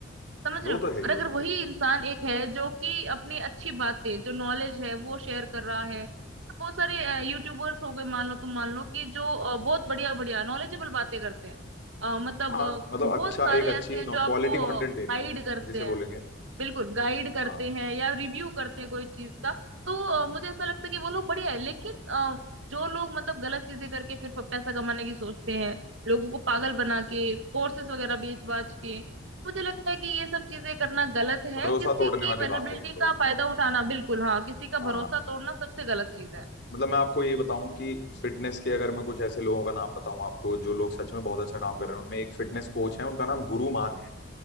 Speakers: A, on the right; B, on the left.
A: समझ
B: वो
A: रहे हो
B: तो है ही
A: और
B: वो
A: अगर
B: तो
A: वही
B: है ही
A: इंसान एक है जो कि अपनी अच्छी बातें जो नॉलेज है वो शेयर कर रहा है जैसे बहुत सारे यूट्यूबर्स हो गए मान लो तुम मान लो कि जो अ, बहुत बढ़िया बढ़िया नॉलेजेबल बातें करते हैं अ, मतलब
B: हाँ
A: अ,
B: मतलब
A: बहुत
B: अच्छा
A: सारे
B: एक अच्छी
A: ऐसे हैं
B: क्वालिटी
A: जो आपको
B: कंटेंट दे रहे
A: गाइड
B: हैं
A: करते
B: जिसे बोलेंगे
A: हैं बिल्कुल गाइड करते
B: हाँ
A: हैं या रिव्यू करते हैं कोई चीज का तो अ, मुझे ऐसा लगता है कि वो लोग बढ़िया है लेकिन अ, जो लोग मतलब गलत चीजें करके फिर प- पैसा कमाने की सोचते हैं लोगों को पागल बना के कोर्सेस वगैरह बेच बाच के मुझे लगता है कि ये सब चीजें करना गलत है
B: भरोसा
A: किसी
B: तोड़ने
A: की
B: वाली
A: वेनेबिलिटी
B: बात है ये तो
A: का फायदा उठाना बिल्कुल हाँ किसी का
B: हाँ
A: भरोसा तोड़ना सबसे गलत चीज है
B: मतलब मैं आपको ये बताऊं कि फिटनेस के अगर मैं कुछ ऐसे लोगों का नाम बताऊं आपको जो लोग सच में बहुत अच्छा काम कर रहे हैं उनमें एक फिटनेस कोच है उनका नाम गुरु मान है